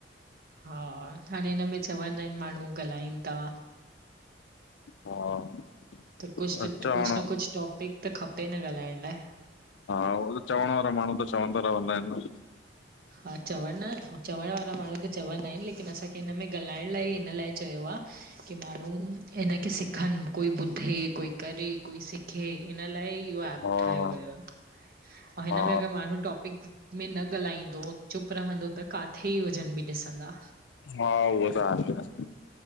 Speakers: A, on the right (about 55°); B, on the left (about 75°).
A: हा हाणे हिनमें चवंदा आहिन माण्हू ॻाल्हाइनि था
B: हा
A: त कुछ त
B: चवण
A: कुछ
B: हा
A: न कुछ टॉपिक त खपे न ॻाल्हाइण लाइ
B: हा उह त चवण वारा माण्हू त चवंदा रवंदा अहनि न।
A: हा चवण न, चवण वारा माण्हू त चवंदा आहिन लेकिन असांखे हिन में ॻाल्हाइण लाइ हिन लाइ चयो आह की माण्हू हिनखे सिखनि कोई ॿुधे कोई करे कोई सिखे इन लाइ इहो एप
B: हा
A: ठायो वियो अंव हिन
B: हा
A: में अगर माण्हू टॉपिक में न ॻाल्हाई तो चुप रहंदो त काथे ई जन्म बि ॾिसंदा?
B: हा उहो त आहे